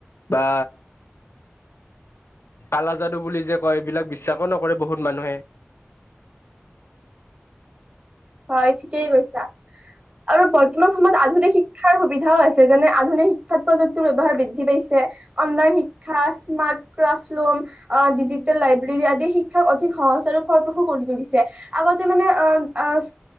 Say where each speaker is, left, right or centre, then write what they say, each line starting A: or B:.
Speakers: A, on the left (about 70°); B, on the right (about 35°).
A: বা কালাযাদু বুলি যে কয় এইবিলাক বিশ্বাসো নকৰে বহুত মানুহে।
B: হয়, ঠিকেই কৈছা। আৰু বৰ্তমান সময়ত আধুনিক শিক্ষা শিক্ষাৰ সুবিধাও আছে যেনে আধুনিক শিক্ষাত প্ৰযুক্তিৰ ব্যৱহাৰ বৃদ্ধি পাইছে অনলাইন শিক্ষা, স্মাৰ্ট ক্লাছৰুম আহ ডিজিটেল লাইব্ৰেৰী আদি শিক্ষাক অধিক সহজ আৰু ফলপ্ৰসু কৰি তুলিছে। আগতে মানে অ' আহ-আহ